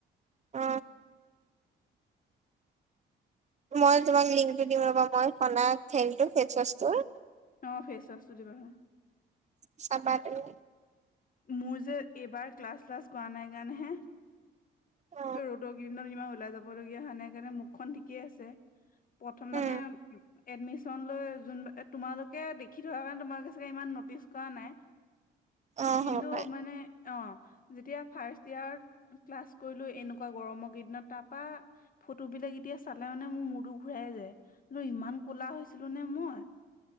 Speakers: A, on the right; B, on the left.
A: অ! মই তোমাক লিংকটো দিওঁ ৰবা! মই হনা হেৰিটো ফেচৱাচটোৰ।
B: অ! ফেচৱাচটো দিবা চুন।
A: চাবা দেই।
B: মোৰ যে এইবাৰ ক্লাছ, শ্লাছ কৰা নাই কাৰণেহে।
A: অ
B: ৰ'দৰ কেইদিনত ইমান ওলাই যাবলগীয়া হোৱা নাই কাৰণে মুখখন ঠিকেই আছে। প্ৰথম,
A: উম
B: মানে এডমিছন লৈ যোন তোমালোকে দেখি থকা কাৰণে তোমালোকে চাগে ইমান ন'টিচ কৰা নাই।
A: অ
B: কিন্তু
A: হ'ব পাৰে
B: মানে অ' যেতিয়া ফাষ্ট ইয়েৰত ক্লাছ কৰিলো এনেকুৱা গৰমৰ কেইদিনত তাৰপা, ফটো বিলাক এতিয়া চালে মানে মোৰ মূৰতো ঘূৰাই যায়। বোলো ইমান কলা হৈছিলো নে মই!